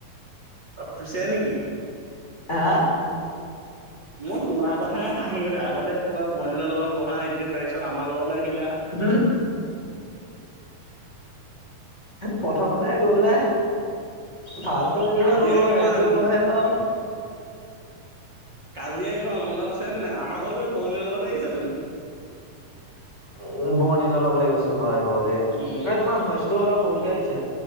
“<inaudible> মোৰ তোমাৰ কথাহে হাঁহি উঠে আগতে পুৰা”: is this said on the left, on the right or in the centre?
Right